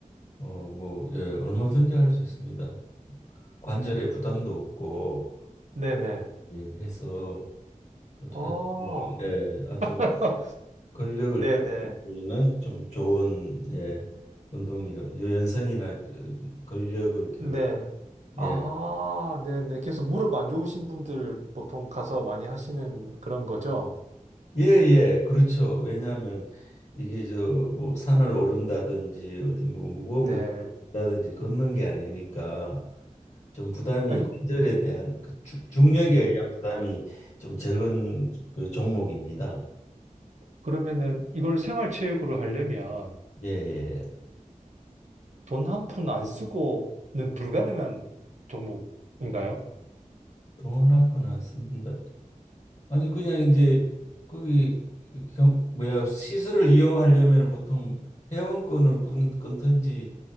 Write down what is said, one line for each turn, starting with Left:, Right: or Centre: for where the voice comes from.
Left: 어, 뭐 예, 얼마든지 할 수 있습니다. 관절에 부담도 없고
Right: 네네.
Left: 예, 해서 아주
Right: 어,
Left: 아주, 예,
Right: <laughs>
Left: 아주 근력을
Right: 네네.
Left: 기르는 좀 좋은 예, 운동이라 유연성이나 그 근력을 기르고
Right: 네. 아,
Left: 예,
Right: 네네. 그래서 무릎 안 좋으신 분들 보통 가서 많이 하시는 그런 거죠?
Left: 예, 예, 그렇죠. 왜냐하면 이게 저 뭐 산을 오른다든지 어디 뭐 무거운
Right: 네.
Left: 물을 든다든지 걷는 게 아니니까 좀 부담이
Right: 아니,
Left: 관절에 대한 그 주- 중력에
Right: 음,
Left: 의한 부담이 좀 적은 그 종목입니다.
Right: 그러면은 이걸 생활체육으로 하려면
Left: 예, 예.
Right: 돈 한 푼 안 쓰고는 불가능한 종목인가요?
Left: 돈 한푼 안 쓴다. 아니 그냥 이제 거기 경, 뭐야 시설을 이용하려면 보통 회원권을 끊, 끊든지